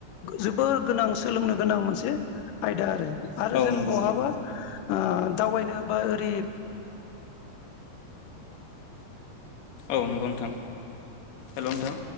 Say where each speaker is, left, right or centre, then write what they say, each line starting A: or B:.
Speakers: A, on the left (about 70°); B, on the left (about 85°).
A: जोबोर गोनां सोलोंनो गोनां मोनसे आयदा आरो आरो
B: औ
A: जों
B: नंगौ
A: बहाबा
B: नोंथां
A: ओ दावबायनो बा ओरै
B: औ नंगौ नोंथां हेलौ नोंथां